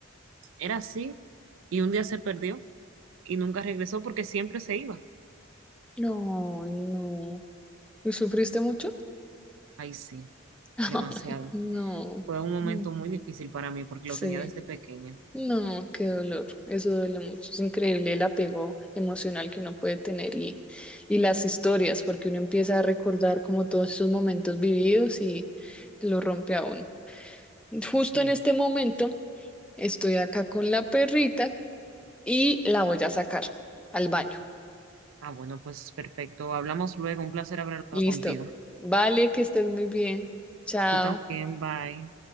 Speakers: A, on the right; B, in the centre.
A: era así y un día se perdió y nunca regresó porque siempre se iba.
B: No, no. ¿Y sufriste mucho?
A: Ay, sí,
B: <laughs>
A: demasiado.
B: No.
A: Fue un momento
B: Mm,
A: muy difícil para mí porque
B: Sí.
A: lo tenía desde pequeña.
B: No, qué dolor, eso duele mucho. Es increíble el apego emocional que uno puede tener y, y las historias, porque uno empieza a recordar como todos esos momentos vividos y lo rompe aún. Justo
A: Así
B: en
A: es.
B: este momento estoy acá con la perrita y la voy a sacar al baño.
A: Ah, bueno, pues perfecto. Hablamos luego. Un placer haber hablado
B: Listo.
A: contigo.
B: Vale, que estés muy bien. Chao.
A: Tú también, bye.